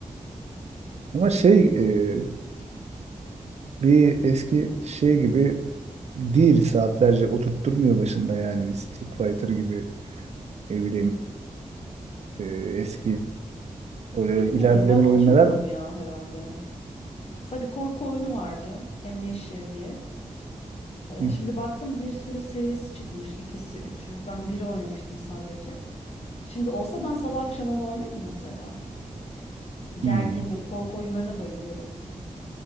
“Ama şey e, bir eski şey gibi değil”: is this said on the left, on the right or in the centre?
Right